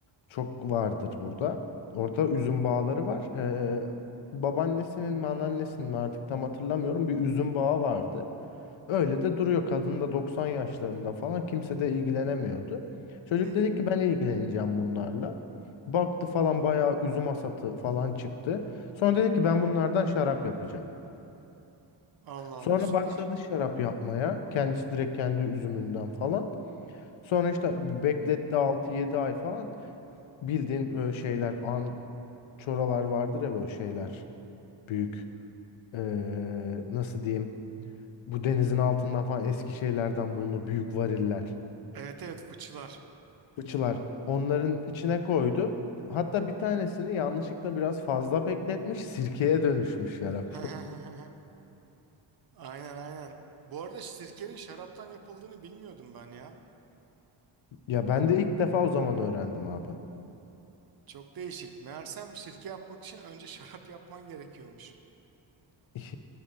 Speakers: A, on the left; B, on the right.
A: çok vardır burada. Orada üzüm bağları var. E, babaannesinin mi anneannesinin mi artık tam hatırlamıyorum bir üzüm bağı vardı. Öyle de duruyor. Kadın da 90 yaşlarında falan kimse de ilgilenemiyordu. Çocuk
B: Hı hı.
A: dedi ki ben ilgileneceğim bunlarla. Baktı falan bayağı üzüm asatı falan çıktı. Sonra dedi ki ben bunlardan şarap yapacağım.
B: Allah Allah
A: Sonra
B: süper.
A: başladı şarap yapmaya. Kendisi direkt kendi üzümünden falan. Sonra işte bekletti altı yedi ay falan. Bildiğin böyle şeyler an çoralar vardır ya böyle şeyler. Büyük ee, nasıl diyeyim. Bu denizin altından falan eski şeylerden bulunur. Büyük variller.
B: Evet evet fıçılar.
A: fıçılar onların içine koydu. Hatta bir tanesini yanlışlıkla biraz fazla bekletmiş, sirkeye dönüşmüş şarap.
B: <laughs>
A: <laughs>
B: Aynen aynen. Bu arada sirkenin şaraptan yapıldığını bilmiyordum ben ya.
A: Ya ben de ilk defa o zaman öğrendim abi.
B: Çok değişik. Meğersem sirke yapmak için önce <laughs> şarap yapman gerekiyormuş.
A: <laughs>